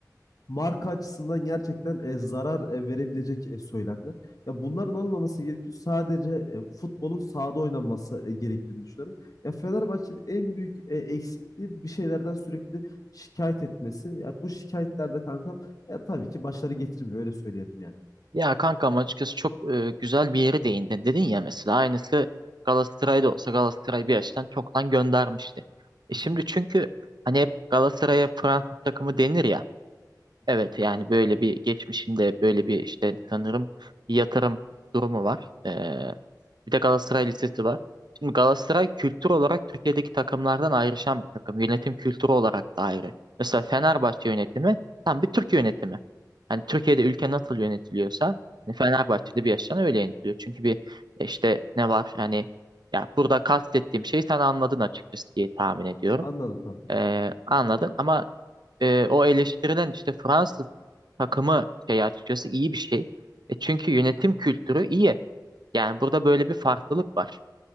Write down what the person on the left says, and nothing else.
marka açısından gerçekten e, zarar e, verebilecek e, söylemler. Ya bunların olmaması gerekiyor. Sadece e, futbolun sahada oynanması e, gerektiğini düşünüyorum. Ya Fenerbahçe'nin en büyük e, eksikliği bir şeylerden sürekli şikayet etmesi. Ya bu şikayetlerde kankam ya tabii ki başarı getirmiyor öyle söyleyelim yani.
Kesinlikle.
Hı
hı.
Anladım kankam.